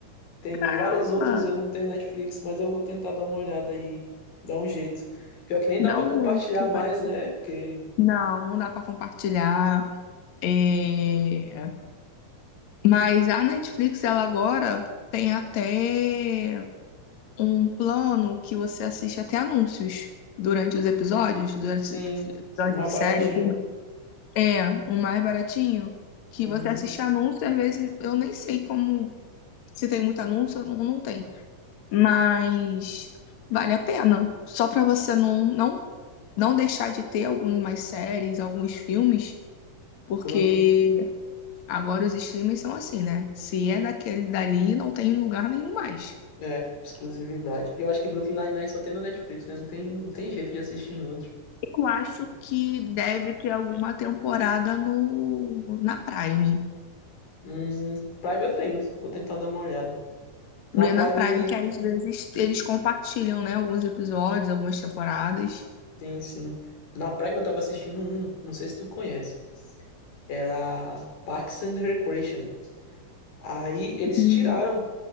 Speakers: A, on the left (about 85°); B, on the left (about 60°).
A: Tem
B: caramba,
A: várias outras e eu não tenho Netflix, mas eu vou tentar dar uma olhada e dar um jeito. Pior que nem dá
B: dá
A: pra
B: um
A: compartilhar
B: jeito que
A: mais,
B: vai.
A: né? Porque,
B: Não, não dá pra compartilhar. É, Mas a Netflix, ela agora tem até um plano que você assiste até anúncios durante os episódios, durante
A: sim,
B: os episódios
A: mais
B: de
A: baratinho.
B: série, filme.
A: né?
B: É, o mais baratinho, que
A: Uhum.
B: você assiste anúncio, às vezes eu nem sei como se tem muito anúncio ou não não tem. Mas vale a pena. Só pra você não, não não deixar de ter algumas séries, alguns filmes, porque
A: Brooklyn.
B: agora os streamers são assim, né? Se é daquele dali, não tem em lugar nenhum mais.
A: É, exclusividade. E eu acho que Brooklyn Nine-Nine só tem na Netflix, né? Não tem, não tem jeito de assistir em outro.
B: Eu acho que deve ter alguma temporada no na Prime.
A: Hum, Prime eu tenho, vou tentar dar uma olhada. Na
B: Vê
A: Prime,
B: na Prime, que às vezes eles compartilham, né? Alguns episódios, algumas temporadas.
A: sim, sim. Na Prime eu tava assistindo um, não sei se tu conhece. Era Parks and Recreation. Aí eles
B: Hum,
A: tiraram,